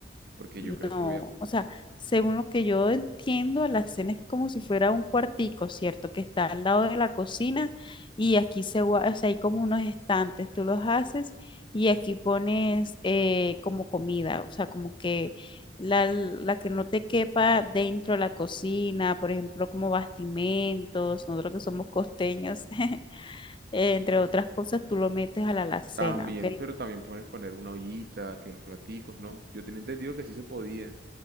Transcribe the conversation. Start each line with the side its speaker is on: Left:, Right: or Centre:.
Right: Porque yo creo
Left: No,
Right: que voy a...
Left: o sea, según lo que yo entiendo, la cena es como si fuera un cuartico, ¿cierto? Que está al lado de la cocina y aquí se, gua- o sea, hay como unos estantes, tú los haces y aquí pones eh, como comida, o sea, como que la, la que no te quepa dentro de la cocina, por ejemplo, como bastimentos, nosotros que somos costeños, <laughs> entre otras cosas, tú lo metes a la alacena,
Right: También,
Left: ¿ok?
Right: pero también puedes poner una ollita, que los platicos, ¿no? Yo tenía entendido que sí se podía.